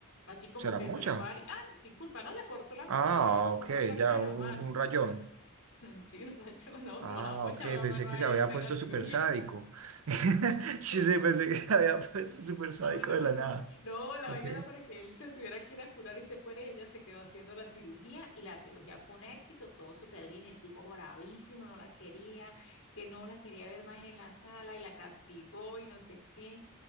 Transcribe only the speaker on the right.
¿Será
mucha?
Ah,
ok,
ya,
un,
un rayón.
Ah,
ok,
pensé
que
se había
puesto
súper sádico. <laughs>
Sí,
sí, pensé que se había puesto súper sádico
de la
nada.
Ok.